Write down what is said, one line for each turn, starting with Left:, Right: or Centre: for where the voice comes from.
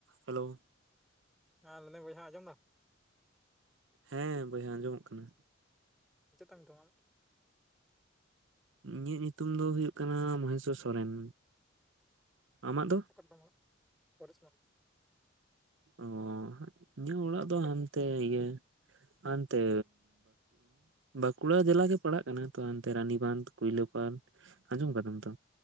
Right: Hello
Centre: ᱦᱮᱸ ᱢᱟᱱᱮ ᱵᱚᱭᱦᱟ ᱟᱡᱚᱢ ᱫᱟᱢ
Right: ᱦᱮᱸ ᱵᱚᱭᱦᱟ ᱟᱸᱡᱚᱢᱚᱜ ᱠᱟᱱᱟ
Centre: <unintelligible>
Right: ᱤᱧᱟᱹᱜ ᱧᱩᱛᱩᱢ ᱫᱚ ᱦᱩᱭᱩᱜ ᱠᱟᱱᱟ ᱢᱚᱦᱮᱥ ᱥᱚᱨᱮᱱ ᱟᱢᱟᱜ ᱫᱚ
Centre: ᱚᱠᱟᱨᱮ ᱛᱟᱢ ᱚᱲᱟᱜ
Right: ᱚ ᱤᱧᱟᱹᱜ
Centre: ᱟᱨ
Right: ᱚᱲᱟᱜ ᱫᱚ
Centre: ᱚᱠᱟᱨᱮ
Right: ᱦᱟᱱ
Centre: ᱛᱟᱢ
Right: ᱛᱮ ᱤᱭᱟᱹ ᱦᱟᱱ ᱛᱮ ᱵᱟᱸᱠᱩᱲᱟ ᱡᱮᱞᱟ ᱜᱮ ᱯᱟᱲᱟᱜ ᱠᱟᱱᱟ ᱛᱚ ᱦᱟᱱ ᱛᱮ ᱨᱟᱱᱤ ᱵᱟᱸᱫ ᱠᱩᱭᱞᱟᱹᱯᱟᱞ ᱟᱸᱡᱚᱢ ᱟᱠᱟᱫᱟᱢ ᱛᱚ